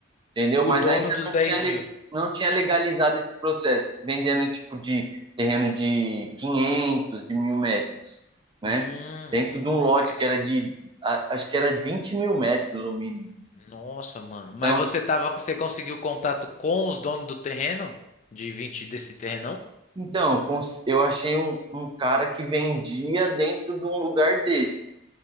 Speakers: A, on the right; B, on the left.
A: entendeu?
B: o
A: Mas
B: dono
A: ainda
B: dos
A: não
B: dez
A: tinha,
B: mil.
A: não tinha legalizado esse processo, vendendo em tipo de terreno de 500 de mil metros, né?
B: Hum,
A: Dentro de um lote
B: é,
A: que era de, acho que era de 20 mil metros o mínimo.
B: nossa, mano. Mas
A: Então,
B: você tava, você conseguiu contato com os donos do terreno? De 20 desse terrenão?
A: Então, cons- eu achei um, um cara que vendia dentro de um lugar desse.